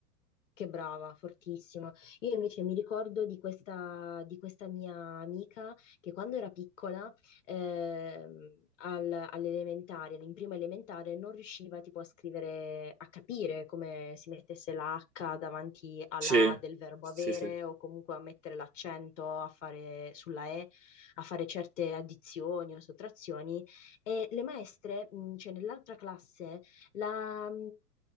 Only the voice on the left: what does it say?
Che brava, fortissima. Io invece mi ricordo di questa, di questa mia amica che quando era piccola, ehm, al- all'elementare, in prima elementare, non riusciva tipo a scrivere, a capire come si mettesse la H davanti alla
A del verbo
avere
o comunque a mettere l'accento a fare, sulla E, a fare certe addizioni o sottrazioni. E le maestre, mh, cioè nell'altra classe, la,